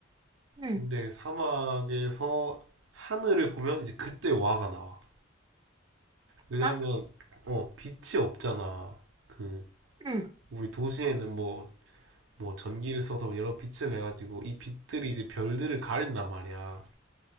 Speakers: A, on the right; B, on the right.
A: 응
B: 근데 사막에서 하늘을 보면 이제 그때 와가 나와. 왜냐면,
A: 나?
B: 어, 빛이 없잖아. 그,
A: 응
B: 우리 도시에는 뭐, 뭐 전기를 써서 뭐 여러 빛을 내가지고 이 빛들이 이제 별들을 가린단 말이야.